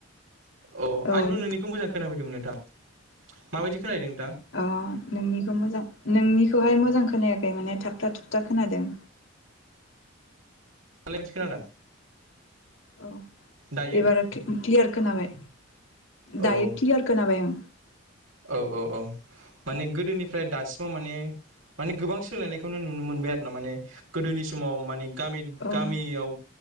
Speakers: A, on the right (about 70°); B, on the left (about 65°).
A: अ
B: औ
A: आंथ नोंनिखौ मोजां खोनाफै दोंमोन नोंथां माबायदि खोनाहैदों नोंथां
B: अ नोंनिखौ मोजां नोंनिखौहाय मोजां खोनायाखै माने थाबथा थुबथा खोनादों
A: दालाय मादि खोनादों?
B: औ
A: दायो
B: एबार क्लियार खोनाबाय दायो
A: औ
B: क्लियार खोनाबाय आं
A: औ औ औ माने गोदोनिफ्राय दासिमाव माने माने गोबां सोलायनायखौनो नुनो मोनबाय आरो ना माने गोदोनि समाव माने गामि
B: औ
A: गामियाव